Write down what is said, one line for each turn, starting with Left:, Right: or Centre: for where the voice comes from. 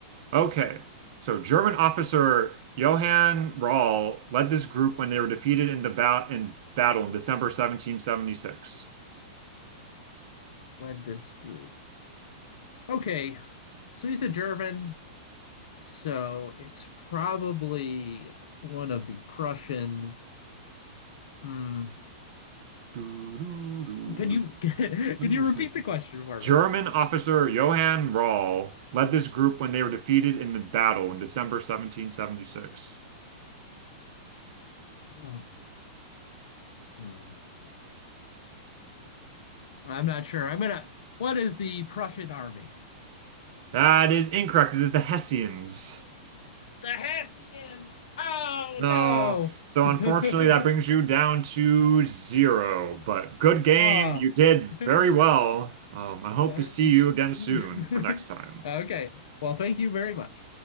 Right: Okay. So German officer Johann Rall led this group when they were defeated in the bat in battle in December 1776.
Left: Led this group. Okay. So he's a German. So it's probably one of the Prussian. Hmm.
Right: <laughs> Do, do, do,
Left: Can you <laughs> can
Right: do,
Left: you repeat
Right: do,
Left: the question
Right: <laughs>
Left: for
Right: German
Left: me?
Right: officer Johann Rall led this group when they were defeated in the battle in December 1776.
Left: Oh. Hmm. I'm not sure. I'm gonna. What is the Prussian army?
Right: That is incorrect. It is the Hessians.
Left: The Hessians. Oh
Right: No.
Left: no.
Right: So
Left: <laughs>
Right: unfortunately, that brings you down to zero. But good game.
Left: Ah.
Right: You did very
Left: <laughs> All
Right: well. Um, I hope
Left: right.
Right: to see you again soon
Left: <laughs>
Right: for next time.
Left: Okay. Well, thank you very much.